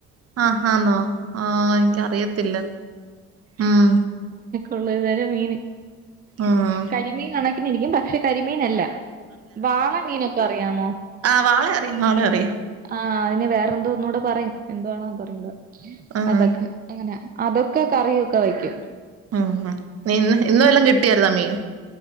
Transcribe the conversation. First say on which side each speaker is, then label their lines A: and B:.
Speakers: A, on the right; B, on the right.
A: ആഹ് ആന്നോ ആഹ് എനിക്കറിയത്തില്ല ഉം
B: ഉള്ള ഇ വരെ മീന്
A: ഉം
B: കരിമീൻ കണെ രിക്കും പക്ഷെ കരിമീനല്ല വാള മീനൊക്കെ അറിയാമോ
A: ആഹ് വാളെ അറിയാം വാളെ അറിയാം
B: ആഹ് അതിനെ വേറെ എന്തോ ഒന്നുടെ പറയും എന്തോവാണോ പറയണ്ട
A: ഉം
B: അതൊക്കെ എങ്ങനെ അതൊക്കെ കറിയൊക്കെ വയ്ക്കും
A: ഉം ഉം ഇന്ന് ഇന്ന് വല്ലാം കിട്ടിയരുന്നാ മീൻ